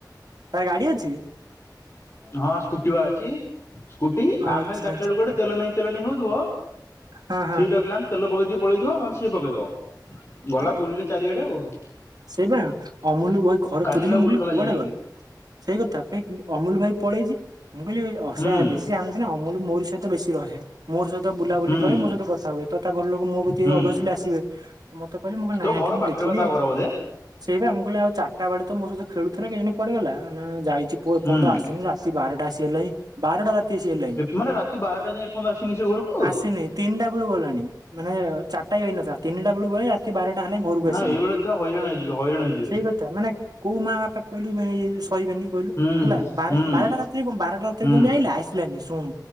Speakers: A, on the right (about 60°); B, on the left (about 35°).
A: ତାର ଗାଡି ଅଛି
B: ହଁ ସ୍କୁଟି ବା ଅଛି ସ୍କୁଟି
A: ଆଚ୍ଛା
B: ଆମେ ଡାକିଲା ବେଳକୁ ଗୋଟେ ତେଲ ନେଇ ତେଲ ନେଇ ହଉଥିବ
A: ହଁ ହଁ
B: ସିଏ ଡାକିଲାଣି ତେଲ ପକେଇଦି ପଳେଇଥିବ ନହେଲେ ସିଏ ପକେଇଦବ ଗଲା
A: ଆ
B: ବୁଲିଲେ ଚାରିଆଡେ ଆଉ
A: ସେ ବା ଅମୁଲ ବହି ଘରେ
B: କାଲି
A: ଖୋଜିଲେ
B: ବା
A: ମୁଁ
B: ବୁଲୁଥିଲା
A: କିଲି କୁଆଡେ
B: ଯାଇକି
A: ଗଲା ସେଇ କଥା ଭାଇ ଅମୁଲ ଭାଇ ପଳେଇଛି ମୁଁ କହିଲି ଅସହାୟ
B: ହୁଁ
A: ବେଶୀ ଜଣୁ ନା ଅମୁ ମୋରି ସହିତ ବେଶୀ ରହେ ମୋର ସହିତ ବୁଲାବୁଲି
B: ହୁଁ।
A: କରେ ମୋ ସହିତ କଥା ହୁଏ ତଥା ଘର ଲୋକ ମୋ
B: ହୁଁ
A: ଅସଲି ଆସିବେ ତ ମତେ କହିଲି ମୁଁ କହିଲି ନାଇଁଠେ
B: ତୋ ଘର
A: ମୁଁ
B: ପାଖରେ
A: ଦେଖିନି
B: ବା ତା ଘର ବୋଧେ
A: ସେଇ ମୁମ କହେ ଆଉ ଚାରିଟା ବଳେ ତୋ ସହିତ ଖେଳୁଥିଲା କେ ପଡି ଗଲା ନା ଯାଇଛିୁ
B: ହୁଁ
A: କହଣ ଆସନି ଆସି ବାରଟା ଆସି ହେଲାଣି ବାରଟା ରାତି ଆସି ହେଲାଣି
B: ମାନେ ରାତି ବାରଟା ଯାଏଁ ଏପର୍ଯ୍ୟନ୍ତ ଆସିନି ସେ ଘରକୁ
A: ଆସନି ତିନି ା ବେଳ ଗଲାଣି ମାନେ ଚାରଟାଇନଥା ତିନି ଗଲେଣି ରାତି ବାରା ଲେ ଘରକୁ
B: ନା
A: ଆସିନି
B: ଏଇଭଳିଆ ଛୁଆ ହଇରାଣ ହେଇଯିବେ ହଇରାଣ ହେଇଯିବେ
A: ସେଇ କଥା ମାନେ କୋଉ ମା ବାପା କହିଲୁ ମାନ କହିବେନି କହିଲୁ
B: ହୁଁ
A: ହେଲା ବ
B: ହୁଁ
A: ବାରଟା ରାତିରେ ବାରଟା ରାତିରେମ
B: ହୁଁ
A: ଆଇିଲ ଆ ଆାନି ଶୁଣୁ